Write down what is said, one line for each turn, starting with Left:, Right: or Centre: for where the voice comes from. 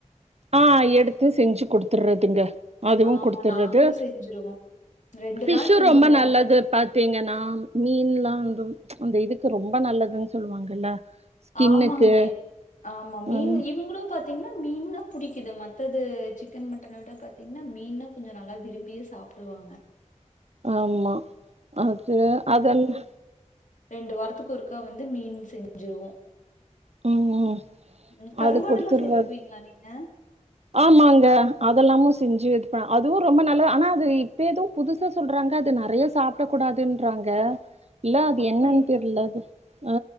Right: ஆ எடுத்து செஞ்சு குடுத்துர்றதுங்க அதுவு
Left: ஆமா,
Right: குடுத்துர்றது
Left: நாங்களும் செஞ்சுருவோம்.
Right: ஃபிஷ்ஷு
Left: நாள் செஞ்சுருவோம்.
Right: ரொம்ப நல்லது
Left: அப்ப
Right: பாத்திங்கனா மீன்ல்லா அந்த இதுக்கு ரொம்ப நல்லதுன் சொல்லுவாங்கல்ல ஸ்கின்னுக்கு
Left: ஆமாங்க ஆமா மீன்
Right: ம்
Left: இவுங்களு பாத் திங்னா மீன்னா பிடிக்குது மத்தது சிக்கன் மட்டன விட பாத்திங்னா மீன்னா கொஞ்ச நல்லா விரும்பியே சாப்டுவாங்க
Right: ஆமா அது அதெல்லா
Left: ரெண்டு வாரத்துக்கு ஒருக்கா வந்து மீன் செஞ்சுருவோ
Right: ம்
Left: ம் கருவாடு
Right: அது குடுத்துர்றது
Left: எல்லா சேத்துக்குவிங்ளா நீங்க
Right: ஆமாங்க அதெல்லாமு செஞ்சு இது ப அதுவு ரொம்ப நல்லது ஆனா அது இப்ப ஏதோ புதுசா சொல்றாங்க அது நெறய சாப்ட கூடாதுன்றாங்க இல்ல அது
Left: அப்படிங்களா?
Right: என்னன் தெர்ல அது ஆ